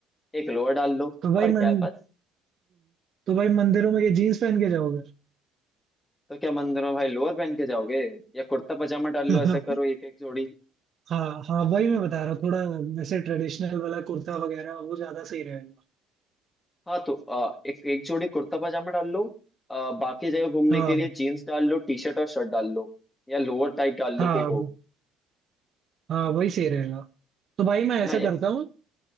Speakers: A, on the left; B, on the right.
A: एक लोअर डाल लो
B: तो भाई
A: और क्या
B: मन
A: है बस
B: तो भाई मंदिरों में ये जीन्स पहन के जाओगे
A: तो क्या मंदिर में भाई लोअर पहन के जाओगे या कुर्ता पजामा डाल
B: <laughs>
A: लो ऐसा करो एक एक जोड़ी
B: हाँ हाँ वही मैं बता रहा हूँ थोड़ा वैसे ट्रेडिशनल वाला कुर्ता वगैरह वो ज्यादा सही रहेगा
A: हाँ तो आ, एक एक जोड़ी कुर्ता पजामा डाल लो आ, बाकी जगह घूमने
B: हाँ
A: के लिए जीन्स डाल लो टी शर्ट और शर्ट डाल लो या लोअर टाइप डाल लो
B: हाँ
A: कोई हो
B: वो- हाँ वही सही रहेगा तो भाई मैं
A: है
B: ऐसा
A: ना ये
B: करता हूँ